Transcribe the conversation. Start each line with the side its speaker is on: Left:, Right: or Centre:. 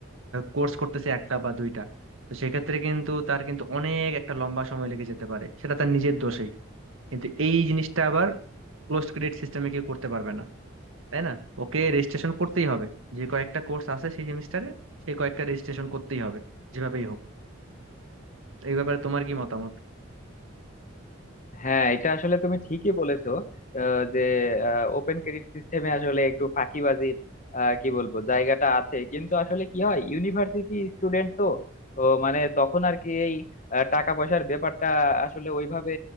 Right: কোর্স করতেছে একটা বা দুইটা তো সেক্ষেত্রে কিন্তু তার কিন্তু অনেক একটা লম্বা সময় লেগে যেতে পারে সেটা তার নিজের দোষেই কিন্তু এই জিনিসটা আবার ক্লোজ ক্রেডিট সিস্টেমে কেউ করতে পারবে না তাই না ওকে রেজিস্ট্রেশন করতেই হবে যে কয়েকটা কোর্স আছে সেই সেমিস্টারে সেই কয়েকটা রেজিস্ট্রেশন করতেই হবে যেভাবেই হোক এই ব্যাপারে তোমার কি মতামত
Left: হ্যাঁ এটা আসলে তুমি ঠিকই বলেছো আহ, যে ওপেন ক্রেডিট সিস্টেমে আসলে একটু ফাঁকিবাজির আহ, কি বলবো জায়গাটা আছে কিন্তু আসলে কি হয় ইউনিভার্সিটি স্টুডেন্ট তো তো মানে তখন আর কি এই আহ, টাকা পয়সার ব্যাপারটা আসলে ওইভাবে